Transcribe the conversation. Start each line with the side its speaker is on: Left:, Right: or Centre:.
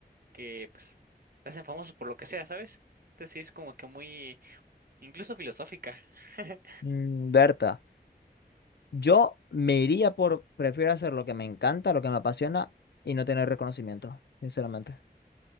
Right: que, pues, se hacen famosos por lo que sea, ¿sabes? Entonces sí es como que muy, incluso filosófica. <laughs>
Left: Mm, Berta, yo me iría por, prefiero hacer lo que me encanta, lo que me apasiona y no tener reconocimiento, sinceramente.